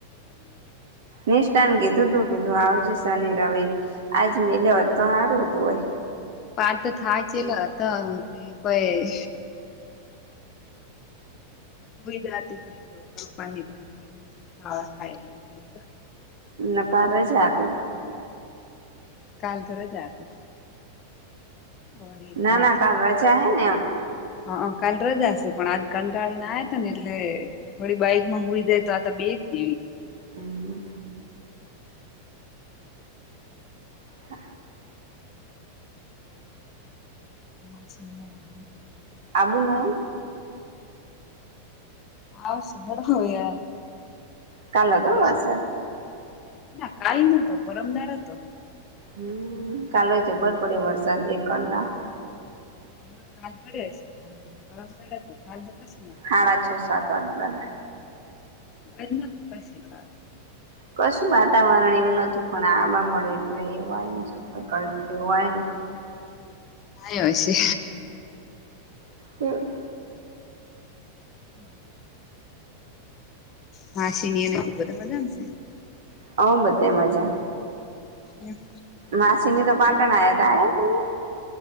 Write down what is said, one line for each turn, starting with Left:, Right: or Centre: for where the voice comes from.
Right: નિષ્ઠાન કીધું તું કીધું આવજે શન રવિ આજ મે લ હોત તો સારું હતું ભાઈ.
Left: પાર તો થાય છે એલા કોઈ. ઈ જ તો ખાવા ખાય એટલા કરી.
Right: હપ જ આતી.
Left: કાલ થર જતી. ઓડી
Right: ના
Left: તો
Right: ના કાલ રજા હે ને એમ
Left: હ કાલ રજાશે. પણ આજ કંટાળી ના આવ હતા ને એટલે વળી બાઈક માં હોઈ દાય તો આ તો બે એવી.
Right: હમ.
Left: હમ્મ.
Right: હ.
Left: મા સુની લાગ.
Right: આબુ નહી.
Left: હા સંગળ હોય યાર.
Right: કાલનો
Left: અવરાય
Right: તો વર્ષ.
Left: ના કાલ નતો પરમદાર હતો.
Right: હમ્મ, ચાલે જબર પડે વરસાદ એક કલાક
Left: હ કાલ પડે છે પણ ફમ પડે તો કાલ તો કશે નતું.
Right: હાડા છ સાત વાત બલા
Left: એ જ ન તું પૈ શ ખાવે.
Right: કશું વાતાવરણ એવું નતું પણ આબા મળે એટલે એવું એમ કરતી હોય.
Left: ના છે.
Right: હમ્મ.
Left: <inaudible> માસીની અને ખૂબ મજાશે.
Right: હ બધે મજા.
Left: <inaudible>
Right: માસીની તો પાટણયા હ